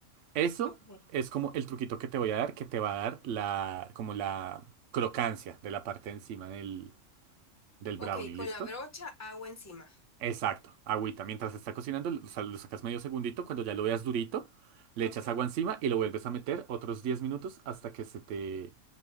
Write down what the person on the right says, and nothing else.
Eso
es como el truquito que te voy a dar, que te va a dar la, como la crocancia de la parte de encima del, del
brownie.
¿Listo?
Exacto, agüita. Mientras se está cocinando, lo sa- lo sacas medio segundito. Cuando ya lo veas durito, le
echas agua encima y lo vuelves a meter otros 10 minutos hasta que se te,